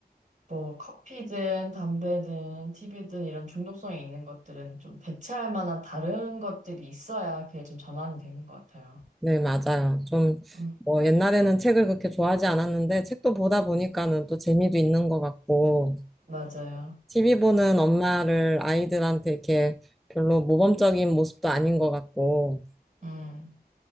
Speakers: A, on the right; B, in the centre.
A: 뭐 커피든 담배든 TV든 이런 중독성이 있는 것들은 좀 대체할 만한 다른 것들이 있어야 그게 좀 전환이 되는 것 같아요.
B: 네, 맞아요. 좀
A: 음,
B: 뭐 옛날에는 책을 그렇게 좋아하지 않았는데 책도 보다 보니까는 또 재미도 있는 것 같고
A: 맞아요.
B: TV 보는 엄마를 아이들한테 이렇게 별로 모범적인 모습도 아닌 것 같고
A: 음.